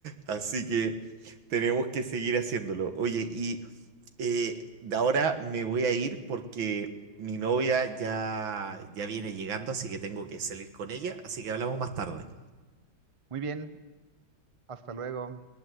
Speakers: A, on the right; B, on the right.
A: Así que tenemos que seguir haciéndolo. Oye, y eh, de ahora me voy a ir porque mi novia ya, ya viene llegando, así que tengo que salir con ella, así que hablamos más tarde.
B: Muy bien, hasta luego.